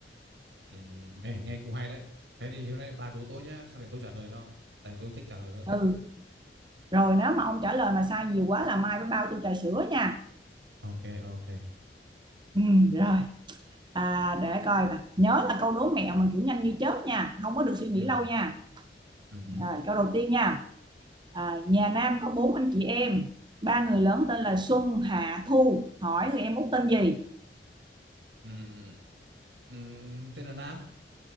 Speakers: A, on the right; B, on the right.
A: Ừm, nghe nghe cũng hay đấy. Thế thì hôm nay bà đố tôi nhá, sau này tôi trả lời cho. Tại tôi thích trả lời hơn
B: ừ
A: đấy.
B: rồi nếu mà ông trả lời mà sai nhiều quá là mai phải bao tôi trà sữa nha
A: Ok, ok.
B: ừ rồi à, để coi nè nhớ là câu đố mẹo mà kiểu nhanh như chớp nha không có được suy nghĩ
A: Ừm,
B: lâu nha
A: ừm,
B: rồi, câu đầu tiên nha à, nhà Nam có bốn anh chị em ba người lớn tên là Xuân Hạ Thu hỏi người em út tên gì
A: ừm, ừm, tên là Nam.